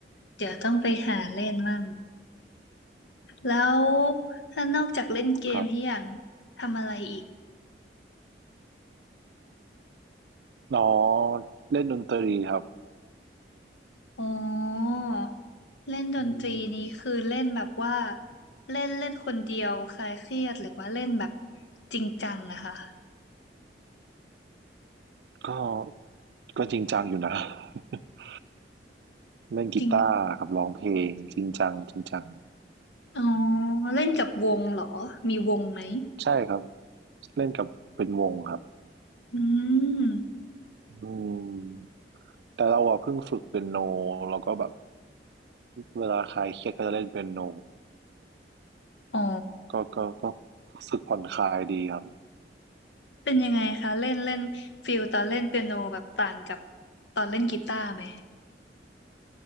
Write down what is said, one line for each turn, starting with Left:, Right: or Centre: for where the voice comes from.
Left: เดี๋ยวต้องไปหาเล่นมั่งแล้วถ้านอกจากเล่นเกมพี่อย่าง
Right: ครับ
Left: ทำอะไรอีก
Right: น้องเล่นดนตรีครับ
Left: อ๋อเล่นดนตรีนี้คือเล่นแบบว่า
Right: อืม
Left: เล่นเล่นคนเดียวคลายเครียดหรือว่าเล่นแบบจริงจังอะค่ะ
Right: ก็ก็จริงจังอยู่นะ <laughs> เล่นกีตาร์กับร้องเพลงจริงจังจริงจัง
Left: จริงอ๋อเล่นกับวงเหรอมีวงไหม
Right: ใช่ครับเล่นกับเป็นวงครับ
Left: อืม
Right: อืมแต่เราอะเพิ่งฝึกเปียโนแล้วก็แบบเวลาคลายเครียดก็จะเล่นเปียโน
Left: อ๋อ
Right: ก็ก็ก็รู้สึกผ่อนคลายดีครับ
Left: เป็นยังไงคะเล่นเล่นฟิลตอนเล่นเปียโนแบบต่างกับตอนเล่นกีตาร์ไหม